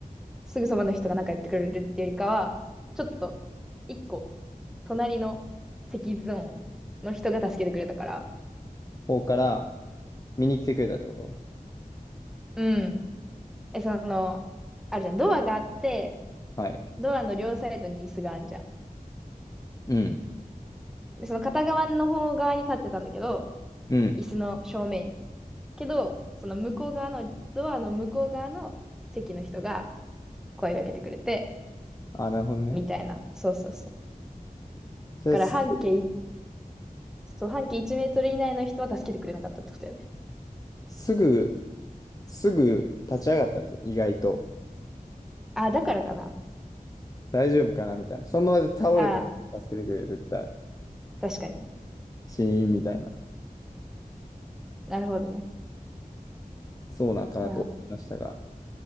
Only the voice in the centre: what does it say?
すぐそばの人がなんかやってくれるっていうよりかは、ちょっと、一個、隣の席ゾーンの人が助けてくれたから、
うん。え、その、あるじゃん。ドアがあって、
ドアの両サイドに椅子があるじゃん。
で、その片側の方側に立ってたんだけど、
椅子の正面に。けど、その向こう側の、ドアの向こう側の席の人が声かけてくれて、
みたいな。そうそうそう。だ
から半径い、そう、半径1メートル以内の人は助けてくれなかったってことだよね。
あ、だからかな。
あ、
確かにね。
なるほどね。
いや、